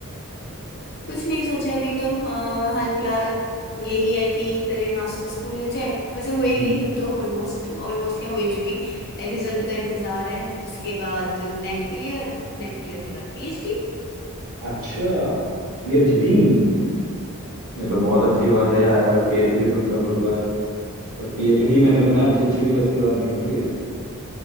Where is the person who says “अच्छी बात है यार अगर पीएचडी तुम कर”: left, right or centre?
Right